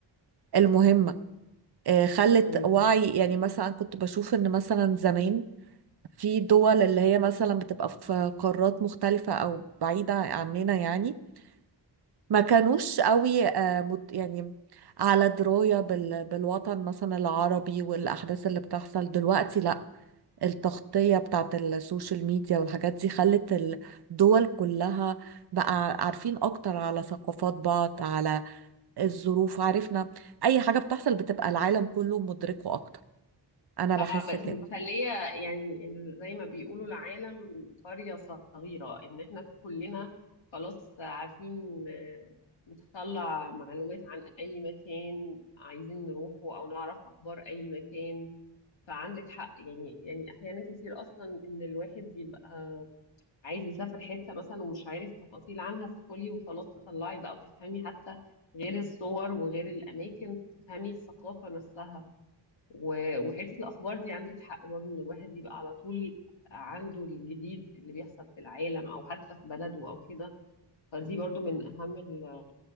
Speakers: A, on the right (about 55°); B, on the left (about 75°).
A: المهمة آه خلت
B: امم
A: وعي يعني مثلا كنت بشوف ان مثلا زمان في دول اللي هي مثلا بتبقى في قارات مختلفة أو بعيدة عننا يعني ما كانوش قوي آه، مت- يعني على دراية بال- بالوطن مثلا العربي والأحداث اللي بتحصل دلوقتي لا التغطية بتاعت السوشيال ميديا والحاجات دي خلت الدول كلها بقى عارفين أكتر على ثقافات بعض على الظروف عرفنا أي حاجة بتحصل بتبقى العالم كله مدركه أكتر أنا
B: اه
A: بحس
B: بس
A: كده
B: مخلية يعني ال- زي ما بيقولوا العالم قرية صغيرة ان احنا كلنا خلاص عارفين آه، نطلع معلومات عن اي مكان عايزين نروحه او نعرف اخبار اي مكان فعندك حق يعني يعني احيانا كتير اصلا ان الواحد يبقى عايز يسافر حتة مثلا ومش عارف تفاصيل عنها تدخلي وخلاص تطلعي بقى وتفهمي حتى غير الصور وغير الأماكن تفهمي الثقافة نفسها و- وحتة الأخبار دي عندك حق برضه إن الواحد يبقى على طول عنده الجديد اللي بيحصل في العالم أو حتى في بلده أو كده فدي برضه من أهم ال-